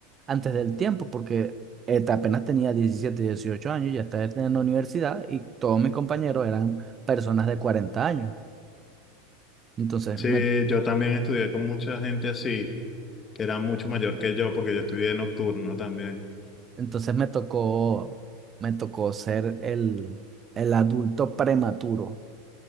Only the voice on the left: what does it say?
Sí,
yo también estudié con mucha gente así, que era mucho mayor que yo, porque yo estudié nocturno también.